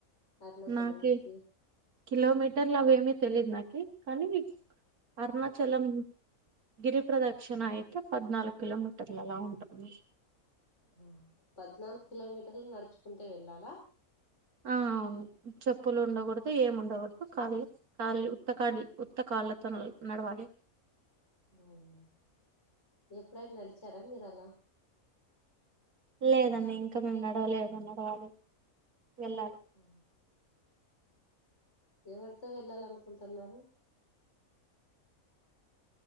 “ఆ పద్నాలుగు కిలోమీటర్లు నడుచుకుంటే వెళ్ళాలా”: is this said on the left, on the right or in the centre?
Left